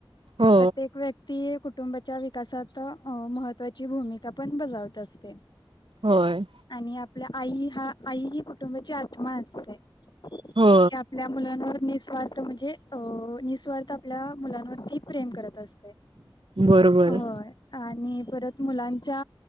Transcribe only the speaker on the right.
हो
होय.
हो
बरोबर